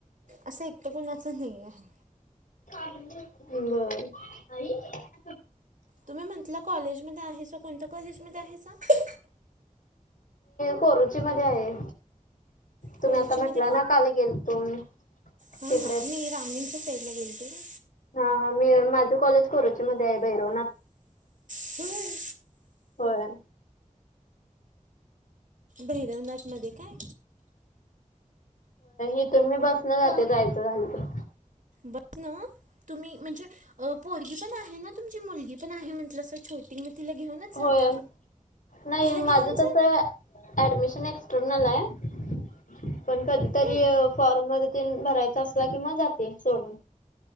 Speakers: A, on the right; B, on the left.
A: असं एकट कोणाच नाही आहे
B: बर
A: तुम्ही म्हंटला कॉलेज मध्ये आहेसा कोणत्या कॉलेजमध्येध्ये आहेसा
B: कोरुची मध्ये आहे तुम्ही
A: खर्ची
B: आता म्हटला
A: मध्ये
B: ना काल गेलतो मी
A: हा हा
B: तिकडे
A: मी रामगिरच्या साईडला गेलते ना
B: हा हा मी माझं कॉलेज कोरोची मध्ये आहे भैरवनाथ
A: होय
B: होय
A: भैरवनाथ मध्ये काय
B: इथून मी बसन जाते जायचं झालं तर
A: बचन तुम्ही म्हणजे पोरगी पण आहे ना तुमची मुलगी पण आहे म्हंटलं अस छोटी तिला घेऊनच जाता
B: होय नाही
A: तिला घेऊन
B: माझं
A: जा
B: तस अडमिशन एक्टर्नल आहे पण कधीतरी
A: हम्म
B: फॉर्म तिनं भरायचा असला की म जाते सोडून.